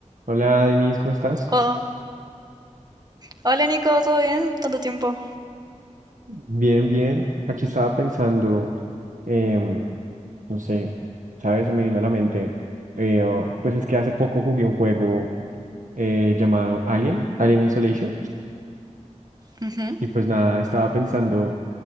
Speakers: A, on the right; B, on the right.
A: Hola Denise, ¿cómo estás?
B: Oh, hola Nico, ¿todo bien? Tanto tiempo.
A: Bien, bien. Aquí estaba pensando, em, no sé, ¿sabes? Se me vino a la mente. eh, oh, pues es que hace poco jugué un juego eh, llamado Alien, Alien Isolation.
B: Ujú.
A: Y pues nada, estaba pensando